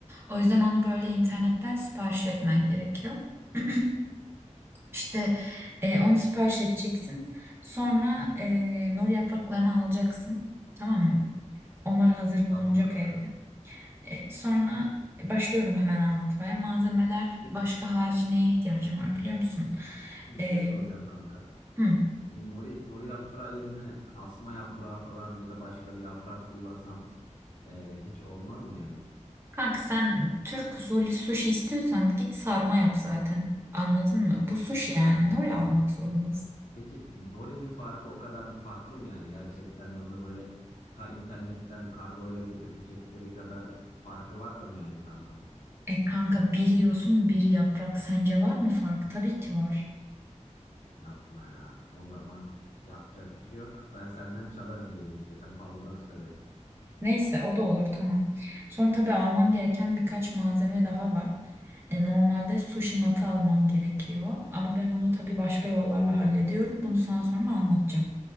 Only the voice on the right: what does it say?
O yüzden onu böyle internetten sipariş etmen gerekiyor. <clears throat> İşte e, onu sipariş edeceksin. Sonra e, nor yapraklarını alacaksın. Tamam mı? Onlar hazır bulunacak
evde. E, sonra başlıyorum hemen anlatmaya. Malzemeler
başka harici neye ihtiyacım var biliyor musun?
E,
hı.
Kanka sen Türk usulü sushi istiyorsan git sarma yap zaten. Anladın mı? Bu sushi
yani. Ne oraya almak zorundasın?
E kanka biri yosun biri yaprak. Sence var mı fark? Tabii ki var.
Neyse o da olur tamam. Sonra tabii alman gereken birkaç malzeme daha var. E, normalde sushi matı alman gerekiyor. Ama ben onu tabii başka yollarla hallediyorum. Bunu sana sonra anlatacağım.